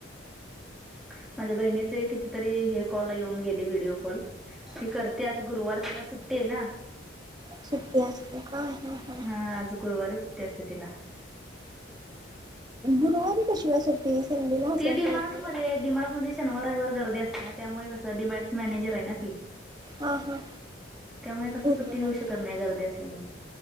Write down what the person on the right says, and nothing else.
सुट्टी असते का ह ह.
गुरुवारी कशी काय सुट्टी? संडेला असायला
पाहिजे
हा हा.
गुरुवारी